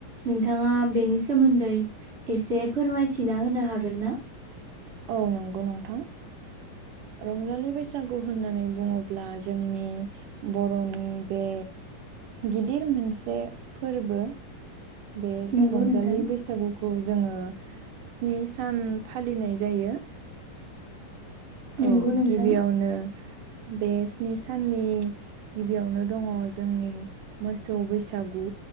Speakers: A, on the right; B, on the right.
A: नोंथाङा बेनि सोमोन्दै एसे फोरमायथिना होनो हागोन ना
B: औ नंगौ नंथां रंजालि बैसागु होननानै बुङोब्ला जोंनि बर'नि बे गिदिर मोनसे फोरबो बे
A: नंगौ
B: रंजालि
A: नोंथां
B: बैसागु खौ जोङो स्नि सान फालिनाय जायो।
A: नंगौ
B: औ
A: नोंथां
B: गिबियावनो बे स्नि साननि गिबियावनो दङ जोंनि मोसौ बैसागु